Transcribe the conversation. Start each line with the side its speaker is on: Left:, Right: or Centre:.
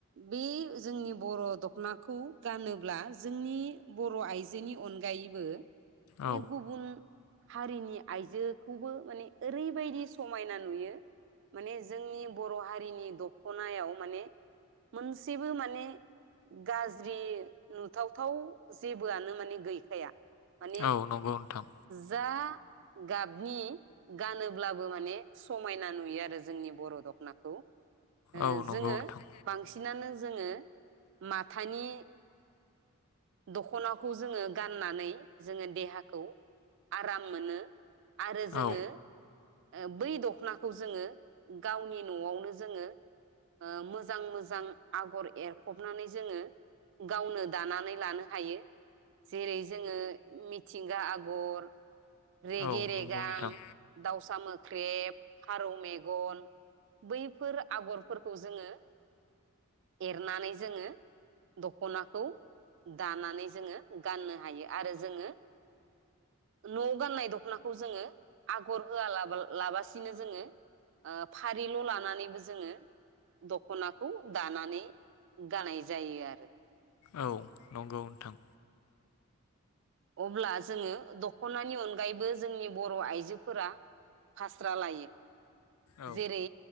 Right: बे जोंनि बर' दखनाखौ गानोब्ला जोंनि बर' आइजोनि अनगायैबो
Left: औ
Right: ने गुबुन हारिनि आइजोखौबो माने ओरैबायदि समायना नुयो माने जोंनि बर' हारिनि द दखनायाव माने मोनसेबो माने गाज्रि नुथावथाव जेबोआनो माने गैखाया माने
Left: औ नंगौ नोंथां
Right: जा गाबनि गानोब्लाबो माने समायना नुयो आरो जोंनि बर' दख'नाखौ ओ
Left: औ नंगौ
Right: जोङो
Left: नोंथां
Right: बांसिनानो जोङो माथानि दख'नाखौ जोङो गाननानै जोङो देहाखौ आराम मोनो। आरो जोङो
Left: औ
Right: ओ बै दख'नाखौ जोङो गावनि न'आवनो जोङो ओ मोजां मोजां आगर एरफबनानै जोङो गावनो दानानै लानो हायो जेरै जोङो मिथिंगा आगर रेगे
Left: औ
Right: रेगां
Left: नंगौ नोंथां
Right: दाउसा मो ख्रेब फारौ मेगन बैफोर आगरफोरखौ जोङो एरनानै जोङो दख'नाखौ दानानै जोङो गाननो हायो आरो जोङो न'आव गाननाय दख'नाखौ जोङो आगर होआ लाबा लाबासिनो जोङो ओ फारिल' लानानैबो जो जोङो दखनाखौ दानानै गानाय जायो आरो।
Left: औ नंगौ नोंथां।
Right: अब्ला जोङो दख'नानि अनगायैबो जोंनि बर' आइजोफोरा फास्रा लायो।
Left: औ
Right: जेरै